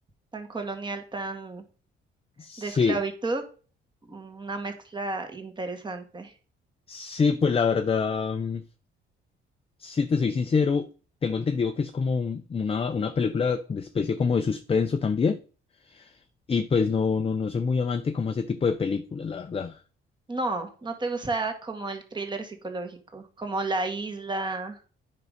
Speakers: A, on the right (about 20°); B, on the left (about 25°).
A: tan colonial, tan
B: Sí,
A: de esclavitud, mm, una mezcla interesante.
B: sí, pues la verdad, mm, si te soy sincero, tengo entendido que es como un- una, una película de especie como de suspenso también. Y pues no, no, no soy muy amante como a ese tipo de películas, la verdad.
A: No, no te gusta como el thriller psicológico, como La Isla.